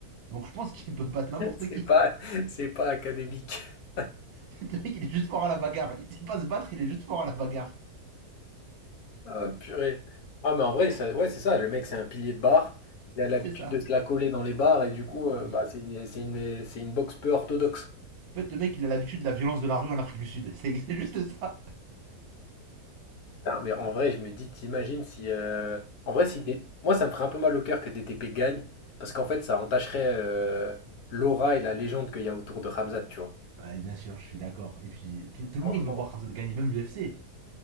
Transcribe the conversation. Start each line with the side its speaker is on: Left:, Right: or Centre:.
Right: Donc je pense qu'il peut battre
Left: <laughs>
Right: n'importe
Left: C'est
Right: qui.
Left: pas, c'est pas académique. <laughs>
Right: En fait, le mec, il est juste fort à la bagarre. Il sait pas se battre, il est juste fort à la bagarre.
Left: Ah, purée. Ah, mais en vrai, ça- ouais, c'est ça. Le mec, c'est un pilier de bar. Il a l'habitude
Right: <laughs> C'est ça.
Left: de se la coller dans les bars et du coup,
Right: En
Left: euh, bah, c'est une, c'est une, c'est une boxe peu orthodoxe.
Right: fait, le mec, il a l'habitude de la violence de la rue en Afrique du Sud. <laughs> C'est juste ça.
Left: Ah, mais en vrai, je me dis, t'imagines si. euh, En vrai, si des- moi, ça me ferait un peu mal au cœur que DTP gagne parce qu'en fait, ça entacherait euh, l'aura et la légende qu'il y a autour de Ramzat, tu vois.
Right: Ouais, bien sûr, je suis d'accord. Et puis, tout, tout
Left: Franchement.
Right: le monde veut voir Khamzat gagner, même l'UFC.